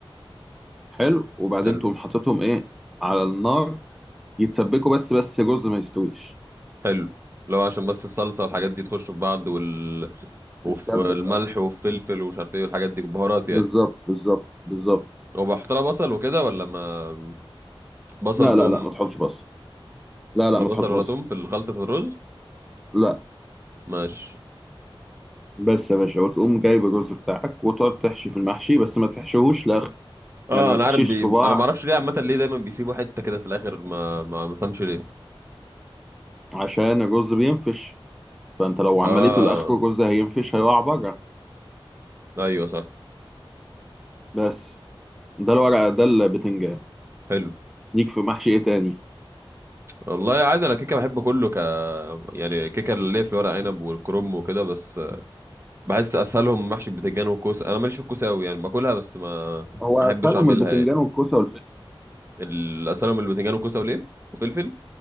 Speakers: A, in the centre; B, on the right.
A: حلو وبعدين
B: حلو
A: تقوم حاططهم ايه على النار يتسبكوا بس بس جزء ما يستويش
B: حلو لو عشان بس الصلصة والحاجات دي تخش في بعض وال... وفي
A: بتسبك
B: الملح
A: اه
B: والفلفل ومش عارف ايه والحاجات دي بهارات يعني
A: بالظبط بالظبط بالظبط
B: وبحط لها بصل وكده ولا ما بصل
A: لا
B: توم
A: لا لا ما تحطش بصل لا
B: ولا
A: لا ما
B: بصل
A: تحطش بصل
B: ولا توم في الخلطة الرز
A: لا
B: ماشي
A: بس يا باشا وتقوم جايب الرز بتاعك وتقعد تحشي في المحشي بس ما تحشيهوش لاخر
B: اه
A: يعني ما
B: انا
A: تحشيش
B: عارف بي...
A: صباع
B: انا ما اعرفش ليه عامة ليه دايما بيسيبوا حتة كده في الاخر ما ما ما فهمش ليه
A: عشان الرز بينفش فانت لو عمليته
B: اه
A: لاخره الرز هينفش هيقع بره
B: ايوه صح
A: بس ده الورقة ده البتنجان
B: حلو
A: ليك في محشي ايه تاني
B: والله عادي انا كيكه بحب كله ك يعني كيكه اللي هي في ورق عنب والكرنب وكده بس بحس اسهلهم محشي بتنجان وكوسه انا ماليش في الكوسه قوي يعني باكلها بس ما
A: هو
B: ما
A: اسهلهم
B: احبش اعملها
A: البتنجان
B: يعني
A: والكوسة والفلفل
B: ال- اسهلهم البتنجان والكوسه وليه فلفل